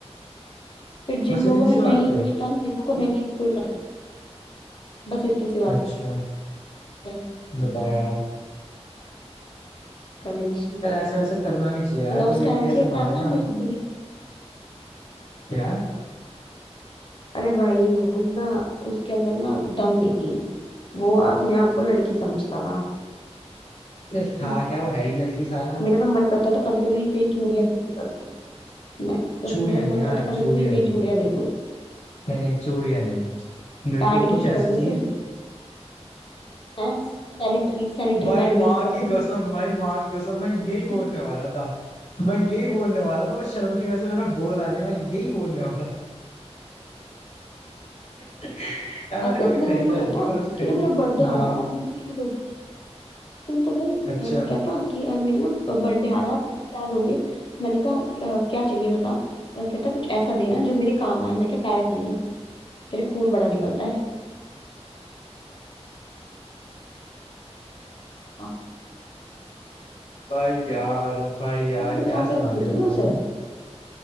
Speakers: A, on the left; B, on the left.
A: फिर जिन
B: बस
A: लोगों
B: इतनी
A: ने
B: सी
A: नहीं
B: बात पे
A: देखा था ना जिन लोगों को नहीं कोई पता बस इतनी सी बात
B: अच्छा
A: है
B: बता यार
A: कलेश
B: यार ऐसे वैसे करना नहीं चाहिए यार
A: नॉस्टैल्जिया
B: कोई लड़की ऐसे मारे
A: ना ना
B: ना
A: मिड
B: यार
A: अरे भाई वो ना उसके अंदर ना दम नहीं थी वो अपने आप को लड़की समझता था
B: अरे था
A: हम्म,
B: क्या वो है ही लड़की साला
A: मेरा तो मन करता था कभी कभी इसे ही चूड़ियां गिफ्ट कर दूं मैं
B: चूड़िया
A: मेरा तो
B: नहीं
A: मन
B: यार
A: करता कभी
B: चूड़िया
A: कभी इसे
B: नहीं
A: ही चूड़ियां दे दूं
B: नहीं नहीं चूड़िया नहीं लड़कियों
A: पैड
B: को कुछ
A: गिफ्ट
B: ऐसी
A: कर दूं
B: चीज
A: फिर हैं सैनिटरी सैनिटरी
B: भाई
A: पैड
B: माँ
A: गिफ्ट कर
B: की
A: दूं
B: कसम भाई माँ की कसम मैं यही बोलने
A: हम्म,
B: वाला था मैं यही बोलने वाला था बस शर्म की वजह से मैंने बोला नहीं मैं यही बोलने वाला था <laughs> यार मैंने
A: ऐसे
B: कभी
A: एक दिन
B: खरीदा
A: मेरे को कहता
B: नहीं है पर उसे
A: कि
B: खरीदे
A: ना मेरा बर्थडे
B: हाँ।
A: आ रहा है आप मेरे को क्या दोगे सुन तो सही
B: अच्छा
A: मैं कहता कि अ, मेरे ना बर्थडे आ रहा है मैं क्या दोगे मैंने कहा "अ, क्या चाहिए बता अ, कहता कुछ ऐसा देना जो मेरे काम आए मैं क्या पैरेट ले ले तेरे खून बड़ा निकलता है हाँ
B: भाई यार भाई यार
A: तो खिलसा
B: क्या सुना
A: के रखती
B: दिया
A: थी
B: तूने
A: मैं उसे
B: मुझे